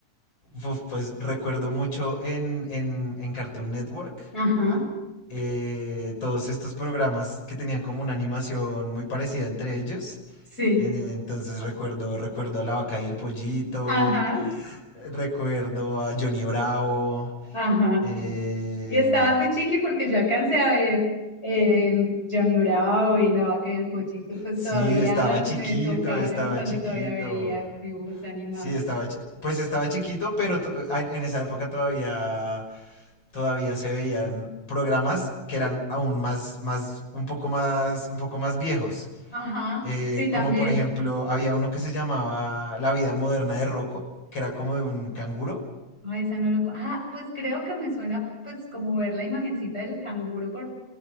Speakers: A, on the left; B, on the left.
A: Uf, pues recuerdo mucho en, en, en Cartoon Network
B: Ajá,
A: eh, todos estos programas que tenían como una animación muy parecida entre ellos.
B: sí,
A: En- Entonces recuerdo, recuerdo a la vaca y el pollito,
B: ajá,
A: eh, recuerdo a Johnny Bravo,
B: ajá.
A: eh,
B: Y estabas muy chiqui porque yo alcancé a ver eh, Johnny Bravo y La Vaca y el Pollito, pues
A: Sí,
B: todavía
A: estaba chiquito,
B: me tocaron
A: estaba
B: cuando
A: chiquito.
B: todavía veía dibujos animados.
A: Sí, estaba, chi- pues estaba chiquito, pero to- a- en esa época todavía, todavía se veían programas que eran aún más, más, un poco más, un poco más viejos.
B: Ajá,
A: Eh,
B: sí, también.
A: como por ejemplo, había uno que se llamaba La vida moderna de Rocco, que era como de un canguro.
B: Ah, esa no lo... co- Ah, pues creo que me suena pues como ver la imagencita del canguro por,